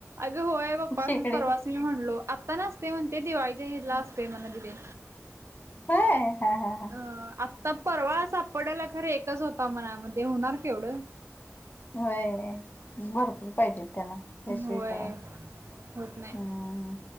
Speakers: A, on the right (about 60°); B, on the left (about 35°).
A: अगं होय पप्पाना
B: खेकडी
A: परवाच मी म्हणलो आ आता नसते म्हण ते दिवाळीच्या हेला असते म्हण ते दिदे
B: होय हा हा हा
A: अ आत्ता परवा सापडाला खरे एकच होता मन म ते होणार केवढं
B: होय भरपूर पाहिजेत त्याला हे स्वीट
A: होय
B: आहे
A: होत नाही
B: हम्म